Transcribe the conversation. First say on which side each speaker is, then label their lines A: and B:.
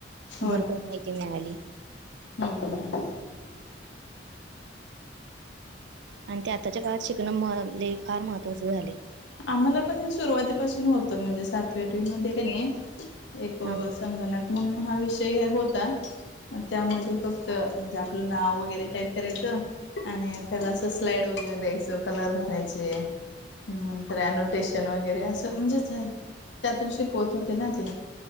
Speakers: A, on the left; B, on the right.
A: होय
B: भरपूर
A: होय
B: माहिती मिळाली.
A: हम्म हम्म हम्म.
B: आणि ते आत्ताच्या काळात शिकणं म लई फार महत्त्वाचे झालय.
A: आम्हाला पण हे सुरुवातीपासून होतं म्हणजे सातवी आठवी मध्ये नाहीये एक
B: हा
A: संगणक म्हणून हा विषय होता मग त्यामध्ये फक्त म्हणजे आपलं नाव वगैरे टाईप करायचं आणि त्याला अस स्लाइड वगैरे द्यायचं कलर भरायचे हम्म नंत र एनोटेशन वगैरे असं म्हणजेच त्यातून शिकवत होते ना ते